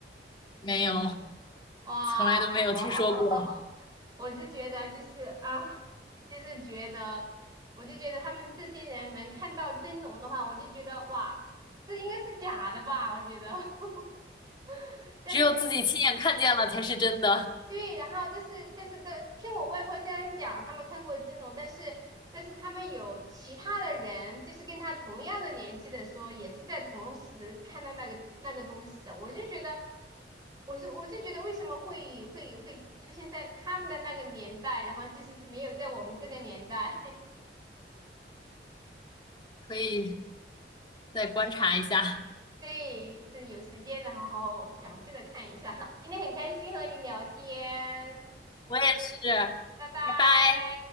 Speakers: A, on the left (about 25°); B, on the right (about 25°).
A: 没有，
B: 哇，
A: 从来都没有听说过，
B: <laughs> 我是觉得就是啊，就是觉得，我就觉得他们这些人能看到真龙的话，我就觉得哇，这应该是假的吧？我觉得，<laughs> 但是
A: 只有自己亲眼看见了才是真的，
B: 对，然后但是但是的，听我外婆这样讲，他们看过金融，但是但是他们有其他的人，就是跟他同样的年纪的说，也是在同时看到那个那个东西的，我就觉得，我是我是觉得为什么会会会出现在他们的那个年代，然后就是没有在我们这个年代，<laughs>
A: 可以再观察一下。
B: 对，是有时间然后好好详细的看一下。今天很开心和你聊天，
A: 我也是，
B: 拜拜。
A: 拜拜。